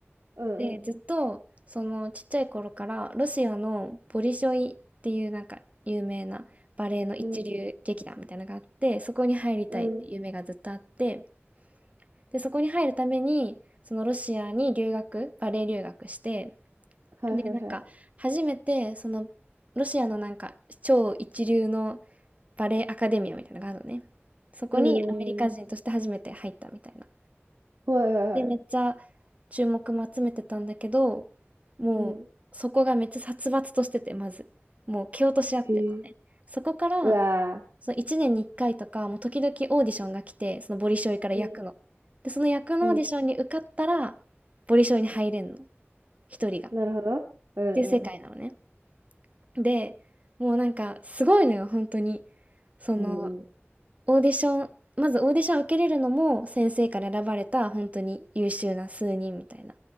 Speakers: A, on the right; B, on the right.
A: うんうん。
B: で、ずっと、そのちっちゃい頃から、ロシアのボリショイっていうなんか有名なバレエの一流劇団みたいなのがあって、
A: うん、
B: そこに入りたいっていう夢がずっとあって、
A: うん。
B: で、そこに入るために、そのロシアに留学、バレエ留学して、
A: はいはいはい。
B: で、なんか、初めて、その、ロシアのなんか、超一流のバレエアカデミアみたいなのがあるのね。そこにアメリカ人として初めて入ったみたいな。
A: うん。はいはいはい。
B: で、めっちゃ注目も集めてたんだけど、もうそこがめっちゃ殺伐としてて、
A: うん。
B: まず。もう蹴落とし合ってたのね。
A: へえ。
B: そこから、
A: うわ
B: その1年に1回とか、もう時々オーディションが来て、そのボリショイから役の。
A: ー
B: で、その役のオーディションに受かったら、
A: うん。うん。
B: ボリショイに入れんの。一人が。
A: なるほど。
B: っ
A: うんうん。
B: ていう世界なのね。で、もうなんかすごいのよ、本当に。その、
A: うんうん。
B: オーディション、まずオーディション受けれるのも先生から選ばれた本当に優秀な数人みたいな。